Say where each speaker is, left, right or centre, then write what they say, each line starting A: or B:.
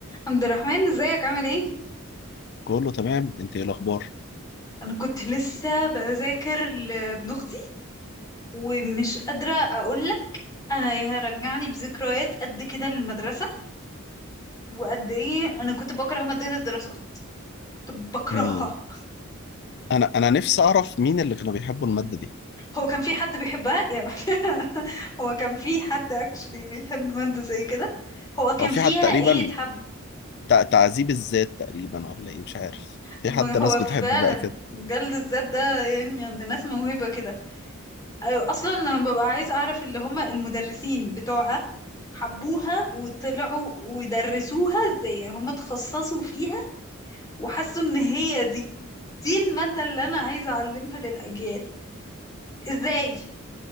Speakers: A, on the left (about 20°); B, on the left (about 50°).
A: عبد الرحمن ازيك عامل ايه
B: كله تمام انت ايه الاخبار
A: انا كنت لسه بذاكر لابن اختي ومش قادره اقول لك انا هرجعني بذكريات قد كده للمدرسه وقد ايه انا كنت بكره ماده الدراسات كنت بكرهها
B: مم. انا انا نفسي اعرف مين اللي كانوا بيحبوا الماده دي
A: هو كان في حد بيحبها يعني <laughs> هو كان في حد اكشلي بيحب ماده زي كده هو كان
B: او في
A: فيها
B: حد تقريبا
A: ايه يتحب
B: تع- تعذيب الذات تقريبا ولا ايه مش عارف في
A: ما
B: حد
A: هو
B: ناس بتحب
A: فعلا
B: بقى كده
A: جلد الذات ده يعني عند ناس موهبه كده أيوة، اصلا انا ببقى عايزه اعرف اللي هم المدرسين بتوعها حبوها وطلعوا ودرسوها ازاي يعني هم اتخصصوا فيها وحسوا ان هي دي دي الماده اللي انا عايزه اعلمها للاجيال ازاي